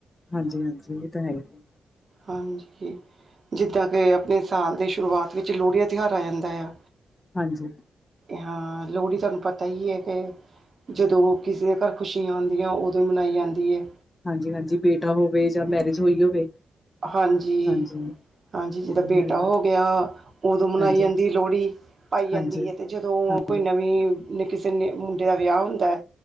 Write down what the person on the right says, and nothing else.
ਹਾਂਜੀ ਜਿੱਦਾਂ ਕਿ ਆਪਣੇ ਸਾਲ ਦੇ ਸ਼ੁਰੂਆਤ ਵਿੱਚ ਲੋਹੜੀ ਦਾ ਤਿਉਹਾਰ ਆ ਜਾਂਦਾ ਆ
ਹਾਂ ਲੋਹੜੀ ਤੁਹਾਨੂੰ ਪਤਾ ਹੀ ਹੈ ਕਿ ਜਦੋਂ ਕਿਸੇ ਦੇ ਘਰ ਖੁਸ਼ੀਆਂ ਆਂਦੀਆਂ ਉਦੋਂ ਹੀ ਮਨਾਈ ਜਾਂਦੀ ਐ
ਹਾਂਜੀ
ਹਾਂਜੀ ਜਿੱਦਾਂ
ਬੇਟਾ
ਹੋ ਗਿਆ ਉਦੋਂ ਮਨਾਈ
ਜਾਂਦੀ ਲੋਹੜੀ ਪਾਈ ਜਾਂਦੀ
ਹੈ ਤੇ ਜਦੋਂ
ਕੋਈ ਨਵੀਂ ਨੇ ਕਿਸੇ ਨੇ ਮੁੰਡੇ ਦਾ ਵਿਆਹ ਹੁੰਦਾ ਐ